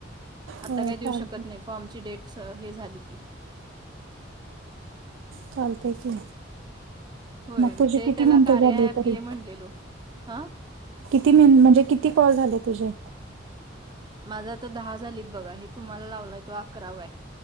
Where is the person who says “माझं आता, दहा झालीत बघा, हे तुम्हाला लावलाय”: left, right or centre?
Right